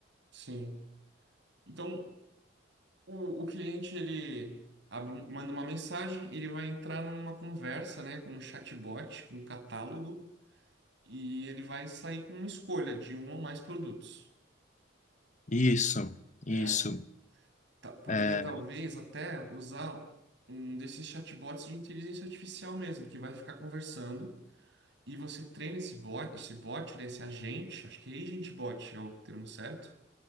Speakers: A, on the right (about 65°); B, on the left (about 40°).
A: Sim. Então, O, o cliente ele abre um- manda uma mensagem, ele vai entrar numa conversa, né, com um chatbot, com um catálogo, e ele vai sair com uma escolha de um ou mais produtos.
B: Isso,
A: É,
B: isso.
A: ta- poderia
B: É,
A: talvez até usar um desses chatbots de inteligência artificial mesmo, que vai ficar conversando e você treina esse bot, esse bot, né, esse agente, acho que é agent bot é o termo certo,